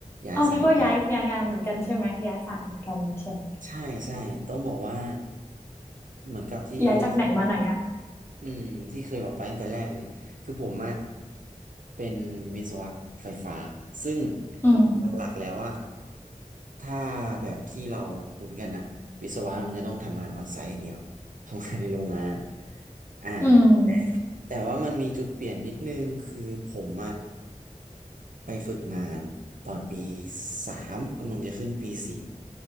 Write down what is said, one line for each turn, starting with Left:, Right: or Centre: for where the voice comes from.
Right: ย้ายสายมา
Left: เอานี่ก็ย้ายย้ายงานเหมือนกันใช่ไหมย้ายสายเหมือนกันใช่ไหม
Right: ใช่ใช่ต้องบอกว่า เหมือนกับที่ที่
Left: ย้ายจากไหนมาไหนอ่ะ
Right: อืมที่เคยบอกไปตั้งแต่แรกเลย คือผมอะเป็นวิศวะไฟฟ้า ซึ่ง
Left: อืม
Right: หลักๆแล้วอะถ้าแบบที่เราคุ้นกันอะวิศวะมันจะต้องทำงานออนไซต์อย่างเดียวทำงานในโรงงานอ่า
Left: อืม
Right: แต่แต่ว่ามันมีจุดเปลี่ยนนิดนึงคือผมอะไปฝึกงานตอนปีสามกำลังจะขึ้นปีสี่